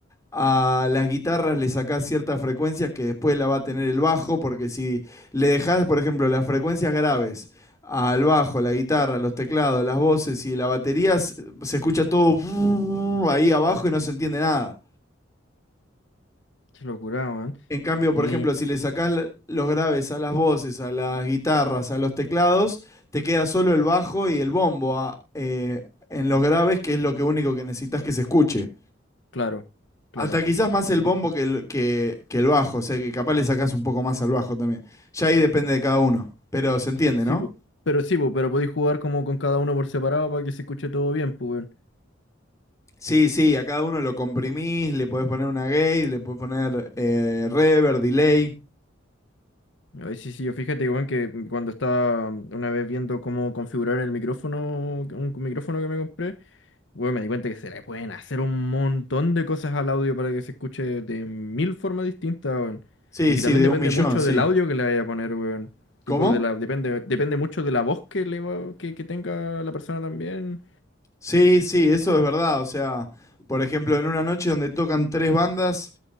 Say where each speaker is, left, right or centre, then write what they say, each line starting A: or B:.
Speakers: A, on the left (about 15°); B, on the left (about 75°).
A: a las guitarras le sacás ciertas frecuencias que después la va a tener el bajo, porque si le dejás, por ejemplo, las frecuencias graves al bajo, la guitarra, los teclados, las voces y la batería, se escucha todo <laughs> ahí abajo y no se entiende nada.
B: qué locura, weón.
A: En cambio,
B: Y
A: por ejemplo, si le sacás los graves a las voces, a las guitarras, a los teclados, te queda solo el bajo y el bombo a- eh, en los graves, que es lo que único que necesitas que se escuche.
B: claro, claro.
A: Hasta quizás más el bombo que el, que, que el bajo, o sea que capaz le sacás un poco más al bajo también. Ya ahí depende de cada uno, pero se entiende,
B: Sí,
A: ¿no?
B: po, pero sí, po, pero podéis jugar como con cada uno por separado para que se escuche todo bien, pues,
A: Sí, sí, a cada uno lo comprimís, le podés poner una gate, le podés poner eh, reverb, delay.
B: Ay, sí, sí, yo fíjate que, bueno, que cuando estaba una vez viendo cómo configurar el micrófono, un micrófono que me compré, bueno, me di cuenta que se le pueden hacer un montón de cosas al audio para que se escuche de mil formas distintas, weón.
A: Sí,
B: Y que
A: sí,
B: también
A: de
B: depende
A: un millón,
B: mucho
A: sí.
B: del audio que le vaya a poner, weón.
A: ¿Cómo?
B: Tipo de la, depende, depende mucho de la voz que le va- que, que tenga la persona también.
A: Sí, sí, eso es verdad. O sea, por ejemplo, en una noche donde tocan tres bandas,